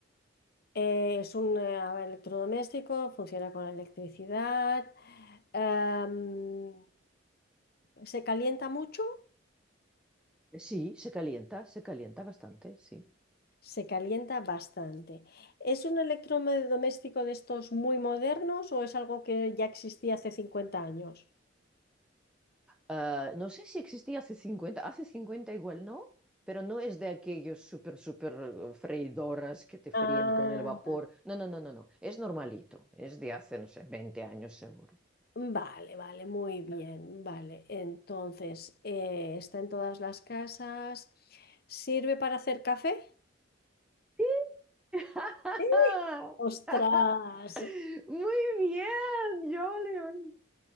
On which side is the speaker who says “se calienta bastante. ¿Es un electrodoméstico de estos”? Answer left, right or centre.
Left